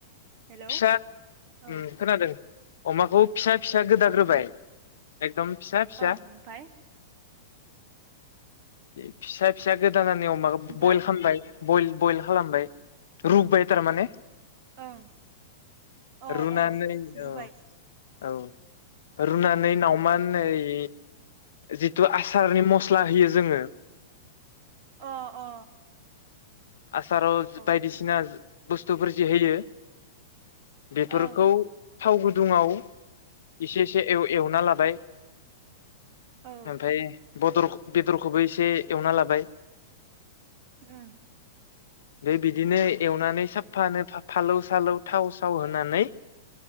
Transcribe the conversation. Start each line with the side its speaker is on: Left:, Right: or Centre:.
Right: हेलौ
Left: फिसा
Right: औ
Left: उम खोनादों। अमाखौ। फिसा फिसा गोदाग्रोबाय
Right: अ ओं
Left: एकदम फिसा फिसा।
Right: ओमफाय
Left: बे फिसा। जागो। दानानै अमाखौ
Right: ओमफ्राय
Left: बयल खालामबाय। बयल बयल खालामबाय रुबाय‌। थार माने।
Right: ओं अ
Left: रुनानै
Right: अ रुबाय।
Left: औ औ रुनानै नावमान ओइ जिथु आसारनि मस्ला होयो जोङो।
Right: अ अ।
Left: आसाराव
Right: अ ओं
Left: बायदिसिना। बुस्थुफोर जि होयो। बेफोरखौ।
Right: ओं
Left: थाव गुदुङाव एसे। एसे एवना लाबाय।
Right: औ ओं
Left: ओमफ्राय। बदर बेदरखौबो एसे एवना लाबाय।
Right: ओं।
Left: बे बिदिनो। एवनानै साफानो फालौ। सालौ थाव साव होनानै।